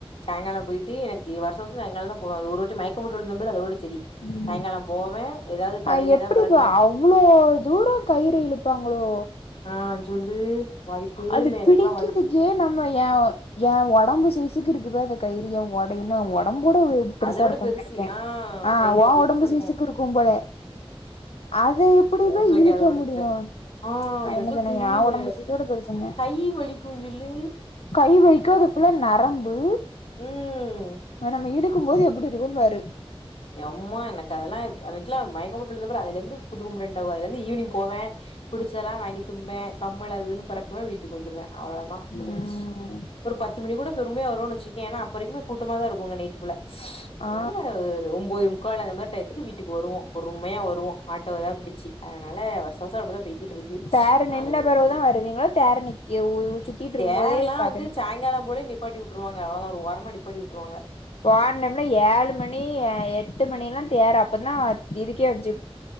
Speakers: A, on the left (about 65°); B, on the left (about 80°).
A: சாய்ங்காலோ போய்ட்டு என்க்கு வருஷோ வருஷோ சாய்ங்காலந்தா போவன் அது ஒருவாட்டி மயக்கம் போட்டு விழுந்தம்பார் அதோட செரி
B: ம்
A: சாய்ங்காலோ போவேன் எதாவது கடைல
B: அ எப்டிப்பா
A: எதாவது பெ
B: அவ்ளோ தூரோ கயிற இழுப்பாங்ளோ
A: ஆன் சொல்லு வாய்ப்பே
B: அது
A: இல்லை எனக்கெல்லா
B: பிடிக்கிறதுக்கே
A: வாய்ப்பேல்ல
B: நம்ம என் என் ஒடம்பு சைசுக்கு இருக்குப்பா அந்த கயிறு என் ஒடயன்னு ஒடம்போட பெருசா
A: அத விட
B: இருக்கும்
A: பெருசு
B: நெனைக்கேன்
A: ஆ
B: ஆ
A: கயிறு
B: உன்
A: அவ்ளோ
B: ஒடம்பு
A: பெருசா இருக்கு
B: சைக்கு இருக்கும்போல அது எப்டி
A: என்
B: பா
A: புள்ளைக்கு
B: இழுக்க
A: கேவலப்படுத்திட்டே
B: முடியு
A: ஆ
B: அப்டின்னு
A: எனக்கெல்லா
B: சொன்ன
A: தெரியல
B: என் ஒடம்பு கூட பிரச்சனை
A: கை வலிக்கு சொல்லு
B: கை வைக்க அது ஃபுல்லா நரம்பு
A: ம்
B: நம்ம இழுக்கும்போது எப்டி இருக்குன்னு பாரு
A: எம்மா எனக்கு அதெல்லா அன்னைக்கெல்லா மயக்கம்போட்டு விழுந்தகப்றோ அதுலருந்து குடுக்க முடியாதுன்ட்டாங்கோ அதுலுந்து ஈவ்னிங் போவேன் புடிச்சதெல்லா வாங்கி திம்பேன் கம்ல்லாதுன்னு பிறக்குவேன் வீட்டுக்கு வந்துருவேன் அவ்ளதா முடிஞ்சு
B: ம்
A: ஒரு பத்து மணி கூட பொறுமயா வருவோனு வெச்சுக்கவே ஏன்னா அப்ப வரைக்குமே கூட்டமாதா இருக்கு அங்க நைட் ஃபுல்லா
B: ஆ
A: என்னால ஒன்பதே முக்கால் அந்த மாரி டையத்துக்கு வீட்டுக்கு வருவோ பொறுமயா வருவோ ஆட்டோவதா புடிச்சி அதனால வருஷோ வருஷோ அப்டிதா போய்கிட்டு இருக்கு
B: தேர
A: நாளைக்
B: நின்ன
A: எப்டினு
B: பெறவுதா வருவீங்களா தேர நிக்க உ சுத்திட்டு இருக்கும்
A: தேர்ல்லா
B: போதே பாத்து
A: வந்து சாய்ங்காலோ போல நிப்பாட்டி விட்டுருவாங்க அவ்ளதா ஒரு ஓரமா நிப்பாட்டி விட்டுருவாங்க
B: போன டைம்ல்லா ஏழு மணி எட்டு மணியெல்லா தேறு அப்பதா இதுக்கே வந்ச்சு